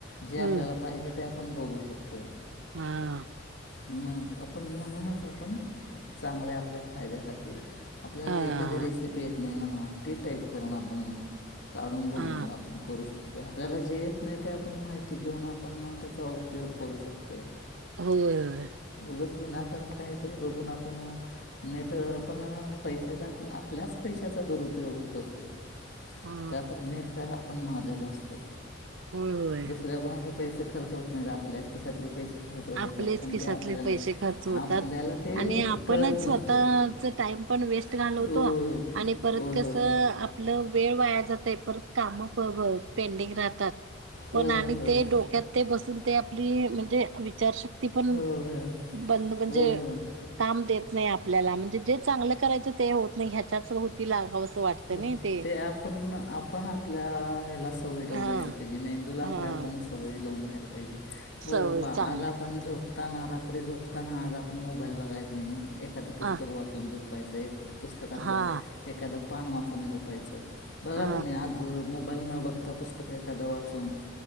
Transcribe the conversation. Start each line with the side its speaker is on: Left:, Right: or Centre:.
Left: जे
Right: हम्म
Left: आपल्याला पाहिजे ते, आपण बघू शकतोय.
Right: हां
Left: मग आपण म्हणूनच आपण चांगल्या आपल्या फायद्यासाठी. आपल्याला
Right: हा
Left: एखादी रेसिपी येत नाही म्हणा, ती टाईप करून आपण काढून बघून.
Right: हा
Left: करू शकतोय आपल्याला जे येत नाही ते आपण माहिती घेऊन आपण त्याचा उपयोग करू शकतोय.
Right: होय होय
Left: उगच विनाकारण काहीतरी बघून आपण नाही ते आपण पैशाचा आपल्याच पैशाचा दुरुपयोग होत असतोय.
Right: हा
Left: का तर नेटपॅग आपण मारलेलो असतो.
Right: होय होय
Left: दुसऱ्या कोणाचे पैसे खर्च होत नाही. आपल्याच खिशातले पैसे खर्च होत
Right: आपलेच
Left: असतात. पण
Right: खिशातले
Left: ते आपल्याला
Right: पैसे खर्च होतात
Left: आपल्याला ते
Right: आणि आपणच
Left: कळत नसते
Right: स्वतःच टाईम. पण वेस्ट घालवतो
Left: होय
Right: आणि परत
Left: होय
Right: कस
Left: होय
Right: आपलं वेळ वाया जातय परत काम पेंडिंग राहतात. पण
Left: होय
Right: आणि ते
Left: होय
Right: डोक्यात ते बसून ते आपली म्हणजे विचार शक्ती ती पण
Left: होय होय होय
Right: बंद म्हणजे,
Left: होय होय
Right: काम देत नाही आपल्याला म्हणजे जे चांगलं करायचं ते होत नाही. ह्याच्याच भोवती लागावं असं वाटत.
Left: हो.
Right: नाही ते,
Left: ते आपण आपण आपल्या ह्याला सवय लावून
Right: हा
Left: घ्यायला पाहिजे. मेंदूला
Right: हा
Left: आपल्या आपण सवय लावून घ्यायला पाहिजे. हो
Right: सवय
Left: बाबा
Right: चांगली
Left: आज आप पण झोपताना, रात्री झोपताना, आज आपण मोबाईल बघायचं नाही. एखादं पुस्तक
Right: हा
Left: वाचून झोपायचं, एखाद्या पुस्तकातलं
Right: हा
Left: एखादं पान वाचून झोपायचं बघा
Right: हा
Left: तुम्ही आज मोबाईल न बघता पुस्तकं एखादं वाचून.